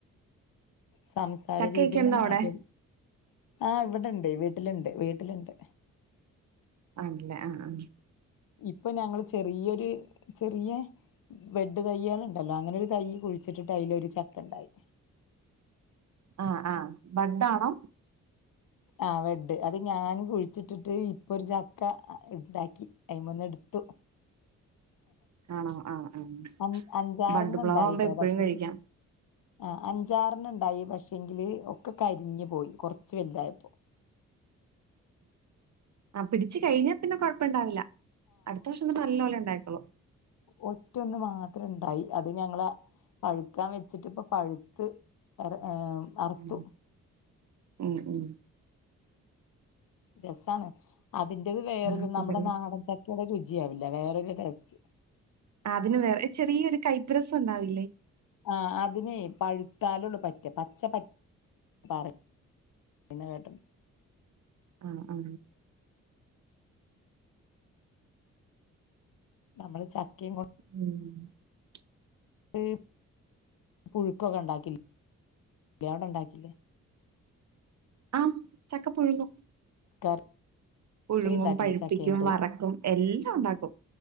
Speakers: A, on the left; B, on the right.
A: സംസാര
B: ചക്കയൊക്കെ
A: രീതി തന്നെ
B: ഉണ്ടോ
A: മാറ്റം
B: അവിടെ?
A: ആ ഇവിടുണ്ട് വീട്ടിലിണ്ട് വീട്ടിലുണ്ട്
B: ആണല്ലേ ആ ആ
A: ഇപ്പൊ ഞങ്ങള് ചെറിയൊരു ചെറിയ ബെഡ് തയ്യളുണ്ടല്ലോ അങ്ങനെ ഒരു തൈ കുഴിച്ചിട്ടിട്ട് അതിലൊരു ചക്ക ഉണ്ടായി
B: ആഹ് ആ ബഡ് ആണോ
A: ആ ബെഡ് അത് ഞാൻ കുഴിച്ചിട്ടിട്ട് ഇപ്പൊ ഒരു ചക്ക ഉണ്ടാക്കി അയിമ എടുത്ത് ത്തു
B: ആണോ ആഹ് ആഹ്
A: അ അഞ്ചാറെണ്ണം
B: ബഡ് പ്ലവാവുമ്പോ
A: ഉണ്ടായിട്ടോ
B: എപ്പഴും
A: പക്ഷേ
B: കഴിക്കാം.
A: ആ അഞ്ചാറിന ഉണ്ടായി പക്ഷെങ്കില് ഒക്കെ കരിഞ്ഞ് പോയി കൊറച്ച് വലുതായപ്പോൾ
B: ആ പിടിച്ച് കഴിഞ്ഞാ പിന്നെ കൊഴപ്പം ഇണ്ടാവില്ല അടുത്ത വർഷം നല്ല പോലെ ഉണ്ടായിക്കോളും
A: ഒറ്റ ഒന്ന് മാത്രം ഉണ്ടായി അത് ഞങ്ങള് പഴുക്കാൻ വെച്ചിട്ട് ഇപ്പൊ പഴുത്ത് ഏർ അറത്തു
B: ഉം ഉം ഉം
A: രസമാണ് അതിന്റെത് വേറൊരു
B: ആഹ് പിന്നല്ലേ
A: നമ്മുടെ നാടൻ ചക്കയുടെ രുചി ചിയാവൂല വേറൊരു ടേസ്റ്റ്‌
B: അതിന് വേറെ ചെറിയൊരു കൈപ്പ് രസണ്ടാവുലെ
A: ആ അതിനേ പഴുത്താലുള്ളു പറ്റ പച്ച പറ്റ പറ പിന്ന കേട്ടൊ
B: ആ അ
A: നമ്മള് ചക്കേം കൊ
B: ഉം
A: ഇ പുഴുക്കൊക്കണ്ടാക്കില്ലെ അവിടെണ്ടാക്കീല
B: അ ചക്ക പുഴുങ്ങും
A: കറി
B: പുഴുങ്ങും
A: ഉണ്ടാക്കില്ലേ
B: പഴുപ്പിക്കും
A: ചക്കയും കൊണ്ട്
B: വറക്കും എല്ലാം ഉണ്ടാക്കും